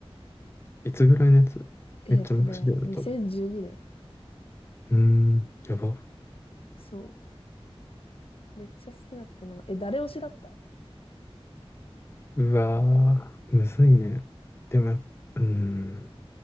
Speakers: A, on the left (about 25°); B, on the left (about 65°).
A: いつぐらいのやつめっちゃ昔だよね、
B: えーっとね、2012年。
A: 多分。うーん、やば。
B: そう。めっちゃ好きだったな。え、誰推しだった
A: うわー、むずいね。でもやっ、うーん。